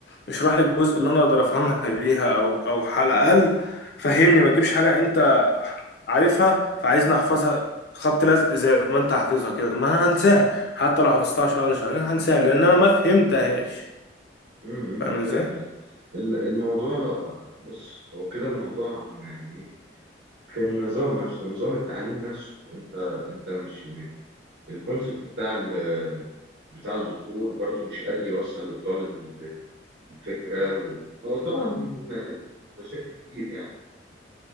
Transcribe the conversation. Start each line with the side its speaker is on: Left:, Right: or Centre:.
Left: اشرح لي الجزء اللي انا اقدر افهمها بيها او او على الاقل فهمني ما تجيبش حاجه انت عارفها فعايزني احفظها خبط لزق زي ما انت حافظها كده ما انا هنساها حتى لو حفظتها شهر شهرين هنساها لان انا ما فهمتهاش
Right: امم
Left: فاهم
Right: فاهم
Left: ازاي
Right: فاهم الم- الموضوع بص هو كده الموضوع يعني ايه في النظام نفسه نظام التعليم نفسه انت انت مش م- الكونسبت بتاع ال- بتاع الدكتور برضو مش قادر يوصل للطالب ال- الفكرة و- هو طبعا م- مشاكل كتير يعني